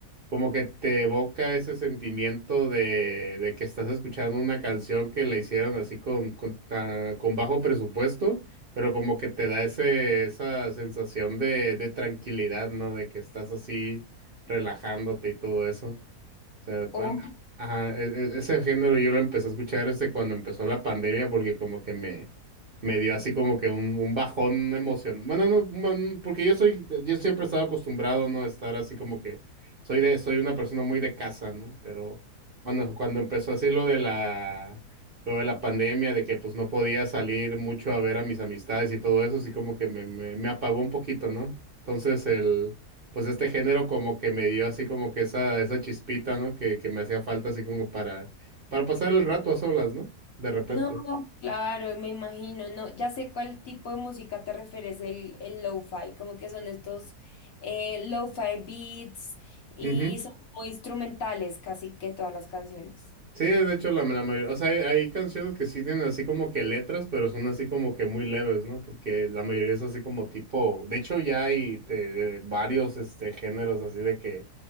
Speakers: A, on the right; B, on the left.
A: como que te evoca ese sentimiento de, de que estás escuchando una canción que la hicieron así con, con, ta- con bajo presupuesto, pero como que te da ese, esa sensación de, de tranquilidad, ¿no? De que estás así relajándote y todo eso. O sea, pa-
B: Ok.
A: ajá, e- e- ese género yo lo empecé a escuchar desde cuando empezó la pandemia porque como que me, me dio así como que un, un bajón emocional. Bueno, no, un bajón, porque yo soy, yo siempre he estado acostumbrado, ¿no? A estar así como que soy de, soy una persona muy de casa, ¿no? Pero cuando, cuando empezó así lo de la, lo de la pandemia, de que pues no podía salir mucho a ver a mis amistades y todo eso, así como que me, me, me apagó un poquito, ¿no? Entonces el pues este género como que me dio así como que esa, esa chispita, ¿no? Que, que me hacía falta así como para, para pasar el rato a solas, ¿no? De repente.
B: No, claro, me imagino, no, ya sé cuál tipo de música te refieres, el, el lo-fi, como que son estos eh, lo-fi beats y
A: Ujú.
B: son como instrumentales casi que todas las canciones.
A: Sí, de hecho la, la mayoría, o sea, hay, hay canciones que sí tienen así como que letras, pero son así como que muy leves, ¿no? Porque la mayoría es así como tipo, de hecho ya hay de- de varios este géneros así de que